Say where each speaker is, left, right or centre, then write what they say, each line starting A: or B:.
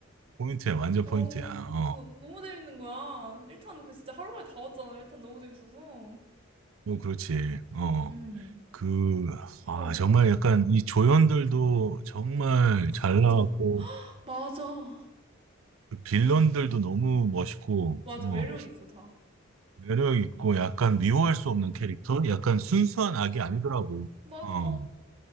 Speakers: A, on the right; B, on the right.
A: 포인트야, 완전
B: 어,
A: 포인트야. 어,
B: 그래서 너무 재밌는 거야. 1탄 그 진짜 하루 만에 다 왔잖아. 1탄 너무 재밌어서.
A: 어, 그렇지. 어,
B: 음.
A: 그, 아,
B: 어,
A: 정말 약간 이 조연들도 정말 잘
B: 맞아.
A: 나왔고,
B: 맞아.
A: 그 빌런들도 너무 멋있고,
B: 맞아.
A: 어,
B: 매력이 있어, 다.
A: 매력 있고, 약간 미워할 수 없는 캐릭터? 약간 순수한 악이 아니더라고.
B: 맞아.
A: 어,